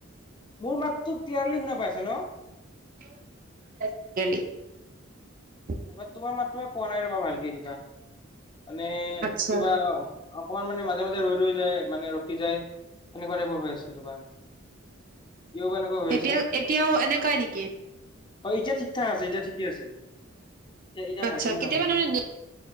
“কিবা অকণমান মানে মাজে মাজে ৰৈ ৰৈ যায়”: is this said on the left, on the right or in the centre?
Left